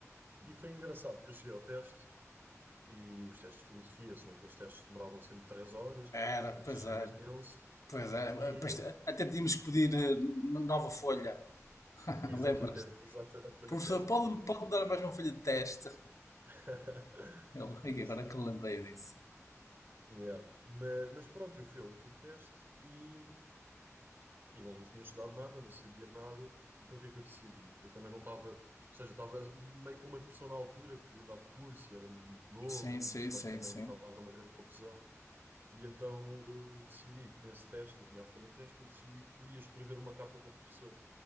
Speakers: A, on the right (about 40°); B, on the left (about 75°).
A: E foi engraçado, porque eu cheguei ao teste e os testes de filosofia são aqueles testes que demoravam sempre três horas,
B: Era,
A: tínhamos
B: pois
A: de escrever
B: era.
A: imenso.
B: Pois era.
A: E,
B: Pois, até tínhamos que pedir eh, n- nova folha. <laughs>
A: e exatamente,
B: Lembras-te?
A: exata, a folha
B: Professor,
A: de teste,
B: pode-me
A: exatamente.
B: pode dar mais uma folha de teste?
A: <laughs>
B: Ele,
A: Engraçado.
B: "Ai, agora que eu lembrei disso.
A: Yeah. Mas, mas pronto, eu fui ao último teste e, e não tinha estudado nada, não sabia nada. Então o que é que eu decidi? Eu também não estava, ou seja, estava meio com uma depressão na altura, porque queria mudar de curso e era muito novo,
B: Sim, sim,
A: os meus pais
B: sim,
A: também
B: sim.
A: estavam a haver uma grande confusão. E então eu decidi que nesse teste, eu tinha a folha de teste, eu decidi que ia escrever uma carta para o professor.